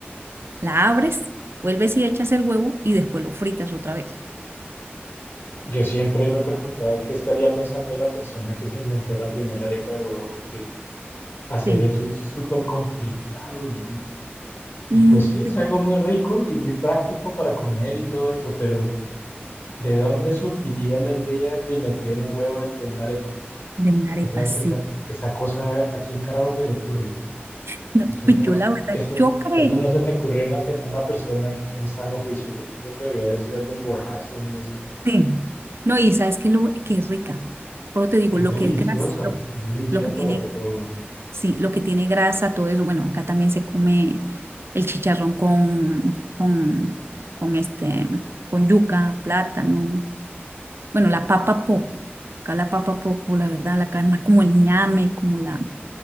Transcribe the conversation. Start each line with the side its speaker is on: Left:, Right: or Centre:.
Right: la abres, vuelves y echas el huevo y después lo fritas otra vez.
Left: Yo siempre me he preguntado qué estaría pensando la persona que se inventó la primera arepa de huevo, porque hacer
Right: Sí.
Left: eso es súper complicado y, y
Right: Mm,
Left: pues sí, es
Right: pues,
Left: algo muy rico y muy práctico para comer y todo esto, pero ¿de dónde surgiría la idea de meter un huevo dentro de una arepa?
Right: de una arepa,
Left: Esa,
Right: sí.
Left: esa, esa cosa, ¿a quién carajo se le ocurre?
Right: <laughs> No,
Left: Eso
Right: pues
Left: no,
Right: yo la verdad,
Left: eso,
Right: yo creería,
Left: eso no se le ocurre a una, se- a una persona en, en sano juicio. Yo creo que eso debió haber sido alguien borracho o algo así.
Right: sí. No, y sabes que, lo, que es rica. Pero te digo,
Left: Es
Right: lo
Left: deliciosa,
Right: que es grasa, lo,
Left: es deliciosa
Right: lo que tiene,
Left: la arepa de huevo.
Right: sí, lo que tiene grasa, todo eso. Bueno, acá también se come el chicharrón con, con, con este, con yuca, plátano. Bueno, la papa poco. Acá la papa poco, la verdad, la acá es más como el ñame, como la,